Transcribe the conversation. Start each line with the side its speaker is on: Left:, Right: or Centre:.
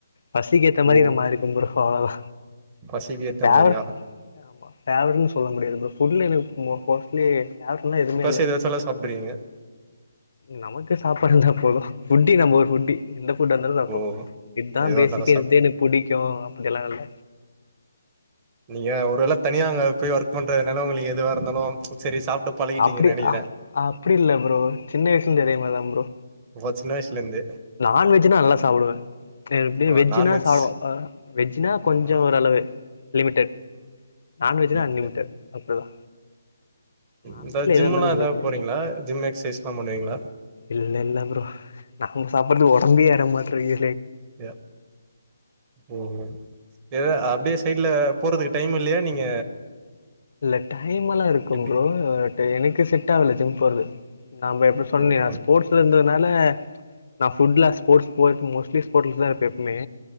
Left: பசிக்கு ஏத்த மாரி
Right: ஓ
Left: நா மாறிப்பே ப்ரோ அவ்ளோதா
Right: பசிக்கு ஏத்த
Left: ஃபேவரட்
Right: மாரியா
Left: ஆமா ஃபேவரட்னு சொல்ல முடியாது ப்ரோ ஃபுட்ல எனக்கு மோ மோஸ்ட்லி ஃபேவரட்லா எதுவுமே
Right: முக்காசி
Left: இல்ல
Right: எது வச்சாலு சாப்ட்ருவிங்க
Left: நமக்கு சாப்பாடு இருந்தா போது ஃபுட்டி நம்ம ஒரு ஃபுட்டி எந்த ஃபுட்டா இருந்தாலு சாப்போ
Right: ஓ
Left: இதா
Right: எதுவா
Left: பேசிக்கே
Right: இருந்தாலு சாப்ட்டு
Left: இதுத எனக்கு புடிக்கு அப்டி எல்லா இல்ல
Right: நீங்க ஒரு வேள தனியா அங்க போய் ஒர்க் பண்றதனால உங்ளுக்கு எதுவா இருந்தாலு சரி சாப்ட்டு பழகிட்டீங்கன்னு
Left: அப்டி
Right: நெனைக்கிறே
Left: அ அப்டி இல்ல ப்ரோ சின்ன வயசுலெந்தே அதெ மாரிதா ப்ரோ
Right: அப்ப சின்ன வயசுல இருந்து
Left: நான்வெஜ்ஜுனா நல்லா சாப்டுவே இதே
Right: ஓ
Left: வெஜ்ஜுனா
Right: நான்வெஜ்
Left: சாப்ட அ வெஜ்ஜுனா கொஞ்சொ
Right: ஆ
Left: ஒரு அளவு லிமிடெட் நான்வெஜ்னா அன்லிமிடெட்
Right: ஆ
Left: அப்டிதா நான்வெஜ்ல
Right: இந்த
Left: எதா
Right: ஜிம்முலா
Left: இருந்தாலு நம்மளுக்கு
Right: எதாது
Left: புடிக்கு
Right: போறிங்ளா ஜிம் எக்சைஸ்லா பண்ணுவிங்ளா
Left: இல்ல இல்ல ப்ரோ நாம சாப்படறது ஒடம்பே ஏற மாட்றங்கு
Right: அ ஓ ஹோ எது அப் அப்டியே சைட்ல
Left: அ
Right: போறதுக்கு டைம் இல்லையா நீங்க
Left: இல்ல டைம்மெல்லா இருக்கும்
Right: எப்டி
Left: ப்ரோ எனக்கு செட் ஆகல ஜிம் போறது நாம எப்படி சொன்னே
Right: ஓ உங்களுக்கு
Left: அ ஸ்போர்ட்ஸ்ல இருந்ததுனால நா ஃபுல்லா ஸ்போர்ட்ஸ் போட் மோஸ்ட்லி ஸ்போர்ட்ல தா இருப்ப எப்பமே